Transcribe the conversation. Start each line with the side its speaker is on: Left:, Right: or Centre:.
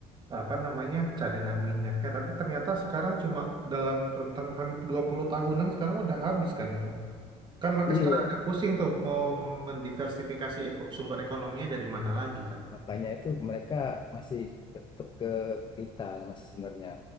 Right: apa namanya cadangan minyaknya tapi ternyata sekarang cuma dalam rentang ham- 20 tahunan sekarang udah habis kan itu kan mereka
Left: Iya,
Right: sekarang ada pusing tuh mau mendiversifikasi eko- sumber ekonominya dari mana lagi kan
Left: makanya itu mereka masih tetap ke kita masih sebenarnya